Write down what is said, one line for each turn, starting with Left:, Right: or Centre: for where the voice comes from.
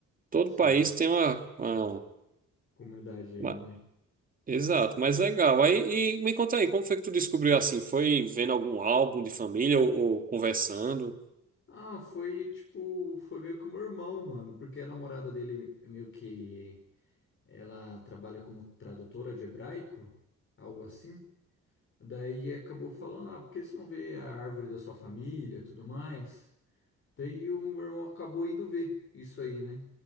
Right: Todo
Left: Sim.
Right: país tem uma uma-
Left: Comunidade aí,
Right: uma-
Left: né?
Right: Exato, mas legal. Aí, e me conta aí, como foi que tu descobriu assim? Foi vendo algum álbum de família ou, ou conversando?
Left: Ah, foi tipo, foi meio que o meu irmão, mano, porque a namorada dele meio que ela trabalha como tradutora de hebraico, algo assim. Daí acabou falando, ah, por que você não vê a árvore da sua família, e tudo mais? Daí o meu irmão acabou indo ver isso aí, né?